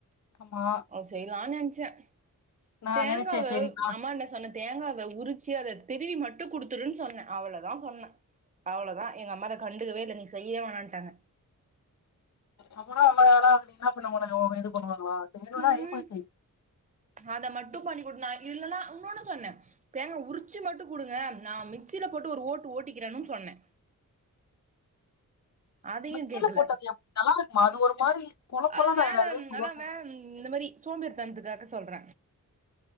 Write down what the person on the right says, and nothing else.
இப்ப செயலான்னு நெனச்சே
தேங்காவ
அம்மா என்ன சொன்ன தேங்காவ உரிச்சி அத திருவி மட்டு குடுத்துடுன்னு சொன்னே அவ்ளதா சொன்னே அவ்வளதா எங்கம்மா அத கண்டுவே இல்ல நீ செய்யே வேணான்ட்டாங்க
ம் அத மட்டு பண்ணி குடு நா இல்லனா இன்னொன்னு சொன்ன தேங்க உரிச்சு மட்டு குடுங்க நான மிக்சியில போட்டு ஒரு ஓட்டு ஓட்டிக்கிறேம்ன்னு சொன்ன அதயு
கேக்கல
அது
வேல
ம்
அதா
வே ம் இந்த மாரி சோம்பிதனத்துக்காக சொல்ற